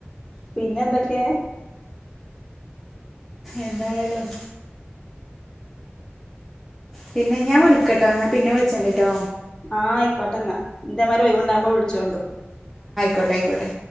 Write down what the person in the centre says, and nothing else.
എന്തായാലും പിന്നെ ഞാൻ വിളിക്കട്ടോ ഞാൻ പിന്നെ വിളിച്ചണ്ടിട്ടോ
കോട്ടായ്ക്കൊട്ടെ